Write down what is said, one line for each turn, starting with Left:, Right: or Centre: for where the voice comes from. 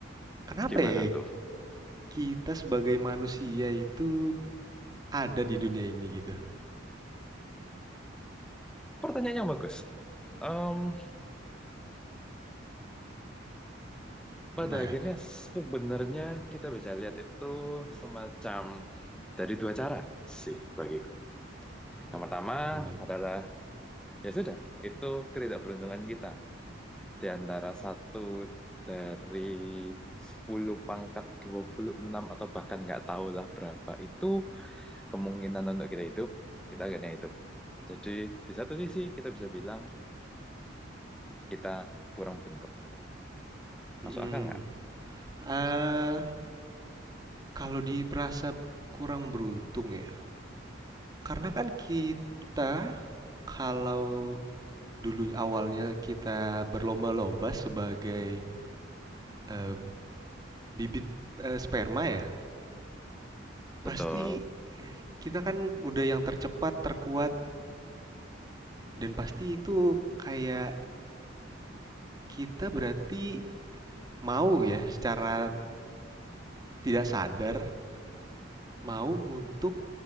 Right: Kenapa
Centre: Gimana
Right: ya
Centre: tuh?
Right: kita sebagai manusia itu ada di dunia ini gitu?
Centre: Pertanyaannya bagus. Em, pada
Right: Gimana
Centre: akhirnya
Right: tuh?
Centre: sebenarnya kita bisa lihat itu semacam dari dua cara sih bagiku. Yang pertama
Right: Hmm, gimana?
Centre: adalah ya sudah, itu ketidakberuntungan kita di antara satu dari 10 pangkat 26 atau bahkan nggak tahulah berapa itu kemungkinan untuk kita hidup, kita akhirnya hidup. Jadi di satu sisi kita bisa bilang kita kurang beruntung.
Right: Mm-mm.
Centre: Masuk akal nggak?
Right: Eh, kalau diperasa kurang beruntung ya. Karena kan kita kalau dulu awalnya kita berlomba-lomba sebagai Eh, bibit eh, sperma ya, pasti
Centre: Betul.
Right: kita kan udah yang tercepat, terkuat, dan pasti itu kayak kita berarti mau ya secara tidak sadar mau untuk